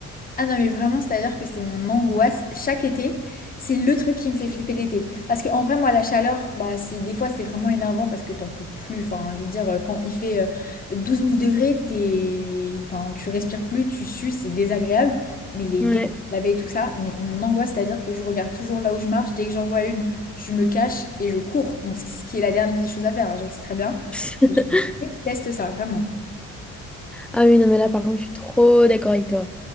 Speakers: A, on the left (about 30°); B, in the centre.
A: Ah non, mais vraiment, c'est-à-dire que c'est mon angoisse. Chaque été, c'est le truc qui me fait flipper l'été. Parce qu'en vrai, moi, la chaleur, bah, c'est, des fois, c'est vraiment énervant parce que t'en peux plus. Enfin, je veux dire, euh, quand il fait euh, 12 000 degrés, t'es... Enfin, tu respires plus, tu sues, c'est désagréable. Mais les
B: Ouais.
A: guêpes, la baie et tout ça, mais mon angoisse, c'est-à-dire que je regarde toujours là où je marche. Dès que j'en vois une, je me cache et je cours. Bon, ce qui ce qui est la dernière chose à faire, hein, je le sais très bien.
B: <laughs>
A: Mais je déteste ça, vraiment.
B: Ah oui, non, mais là, par contre, je suis trop d'accord avec toi.